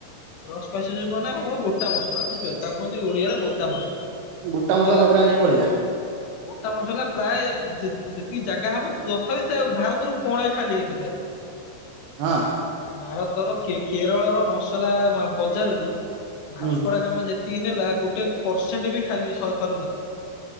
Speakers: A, on the left; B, on the right.
A: ରଷ୍ଟ ସ୍ପାଇସେସ ମାନେ ଆମ ଗୋଟା ମସଲା। ବୁଝିପାରିଲ ତାକୁ କୁହନ୍ତି ଓଡିଆରେ ଗୋଟା ମସଲା।
B: ଗୋଟା ମାସଲା
A: ହେଲା
B: ସବୁରା ନେଇକି ପଳେଇଲା।
A: ଗୋଟା ମସଲା ପ୍ରାୟ ଯେତ ଯେତିକି ଜାଗା ହବ ତଥାପି ସେ ଭାରତରୁ କଣ ଏ ଖାଲି ହେଇନଥାଏ।
B: ହଁ।
A: ଭାରତର କେ କେରଳର ମସଲା ବଜାରରୁୁ ଭାସକୋଡାଗାମା
B: ହୁଁ
A: ଯେ ତିକି ନେଲା ଗୋଟେ ପରସେଣ୍ଟ ବି ଖାଲି ସର ସରି ନଥିଲା।